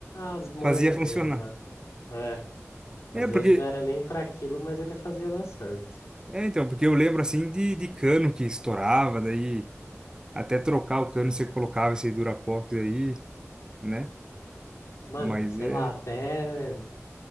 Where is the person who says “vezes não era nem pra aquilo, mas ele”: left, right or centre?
Left